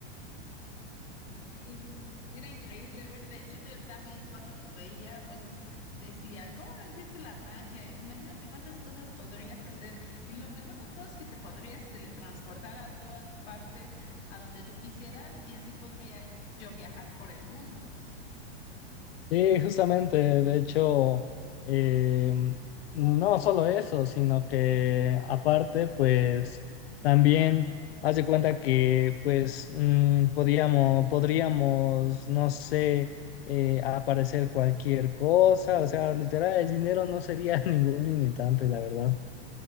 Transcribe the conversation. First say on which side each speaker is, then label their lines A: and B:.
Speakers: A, on the left; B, on the left.
A: Y mm, era increíble ver, de hecho yo también cuando los veía, pues decía, ¿cómo no existe la magia? Imagínate cuántas cosas podrías hacer. Y lo mejor de todo es que te podrías teletransportar a todas partes, a donde tú quisieras, y así podría yo viajar por el mundo.
B: Sí, justamente, de hecho, em, no solo eso, sino que aparte, pues también haz de cuenta que, pues, mm, podíamos, podríamos, no sé, eh, aparecer cualquier cosa, o sea, literal, el dinero no sería <laughs> ningún limitante, la verdad.